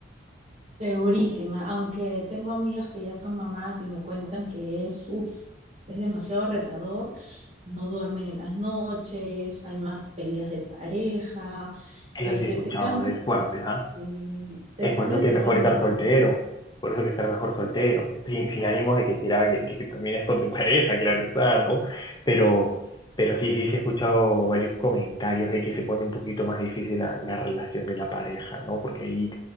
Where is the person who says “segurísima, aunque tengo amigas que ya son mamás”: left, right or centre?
Right